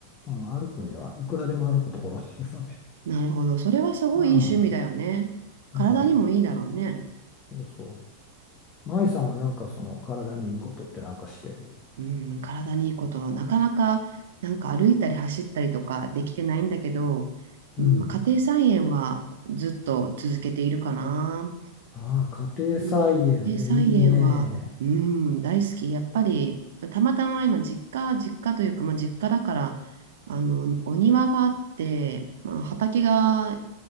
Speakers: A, on the left (about 30°); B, on the right (about 70°).
A: うん、歩くにはいくらでも歩くところですので、
B: なるほど。それはすごいいい趣味だよね。
A: うん、
B: 体にもいいだろうね。
A: うん、そうそう。舞さんはなんかその体にいいことってなんかしてる。
B: うん、体にいいこと、なかなか、なんか歩いたり走ったりとかできてないんだけど、
A: うん
B: うん、家庭菜園はずっと続けているかな。
A: ああ、家庭菜園ね、
B: うん、家庭菜園は、
A: いいね。
B: うん、大好き。やっぱり、たまたま今、実家、実家というか、まあ、実家だから、あの、お庭があって、まあ、畑が、